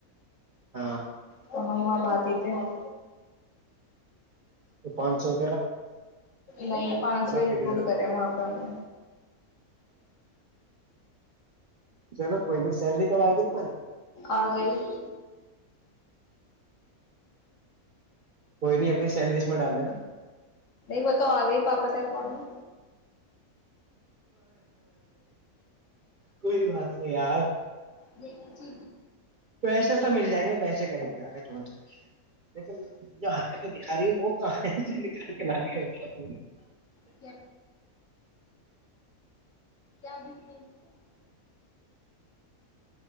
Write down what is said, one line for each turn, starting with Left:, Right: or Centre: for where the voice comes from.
Right: ہاں
Left: تو ہم وہاں بات تھ ہم
Right: تو پانچ چار
Left: نہیں پانچ سو انکلوڈ
Right: پھر
Left: کرے وہاں پہ ہم نے
Right: چلو کوئی نہیں سیلری کب آ گئی ت ماری <unintelligible>
Left: آ گئی <unintelligible>
Right: کوئی نہیں اپنی سیل لسٹ میں ڈاب لے نا
Left: نہیں وہ تو آ گئی بابا کیا کون نا
Right: کوئی بات نہیں یار
Left: بالکل چی
Right: پیسے تو مل جائیں گے پیسے کہیں ے دو <unintelligible> لیکن جو ح دکھا رہی ہوں وہ کہ نک کے لای <unintelligible>
Left: کیا <unintelligible> کیا ڈفرنس ہے <inaudible>